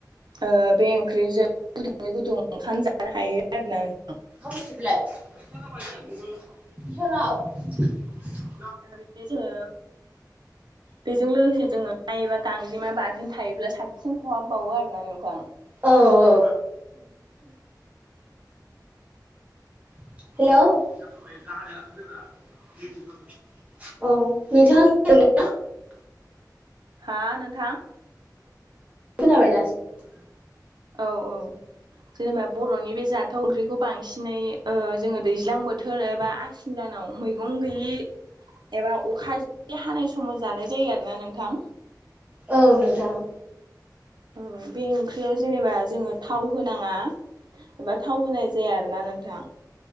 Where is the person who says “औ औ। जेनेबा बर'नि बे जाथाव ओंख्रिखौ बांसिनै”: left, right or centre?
Right